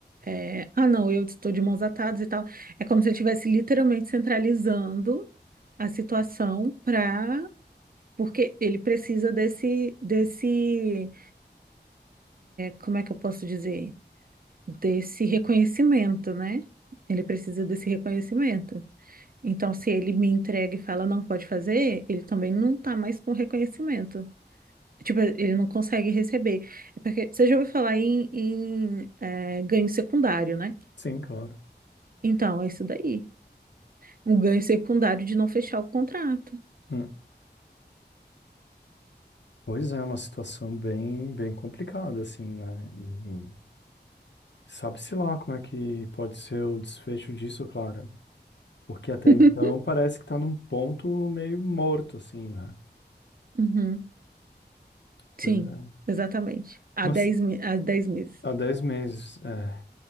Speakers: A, on the right (about 55°); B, on the left (about 85°).
A: é, ah, não, eu estou de mãos atadas e tal. É como se eu estivesse literalmente centralizando a situação para. Porque ele precisa desse, desse. como é que eu posso dizer? Desse reconhecimento, né? Ele precisa desse reconhecimento. Então, se ele me entrega e fala não pode fazer, ele também não tá mais com reconhecimento. Tipo, ele não consegue receber. É porque você já ouviu falar em, em, é, ganho secundário, né?
B: Sim, claro.
A: Então, é isso daí. Um ganho secundário de não fechar o contrato.
B: Hum. Pois é, é uma situação bem, bem complicada, assim, né? E, Sabe-se lá como é que pode ser o desfecho disso, Clara. Porque até
A: <laughs>
B: então parece que tá num ponto meio morto, assim, né?
A: Uhum,
B: Pois
A: Sim,
B: é.
A: exatamente. Há
B: Mas
A: dez me- há 10 meses.
B: há 10 meses, é.